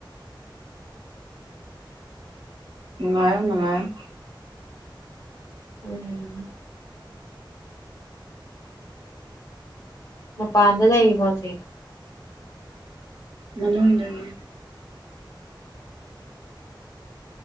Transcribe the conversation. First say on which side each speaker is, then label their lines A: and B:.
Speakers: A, on the right; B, on the left.
A: ꯃꯪꯉꯥꯑꯣ ꯃꯪꯉꯥꯑꯣ
B: ꯎꯝ ꯃꯄꯥꯟꯗ ꯂꯩꯔꯤꯕꯕꯣꯁ
A: ꯃꯅꯟꯗꯅꯤ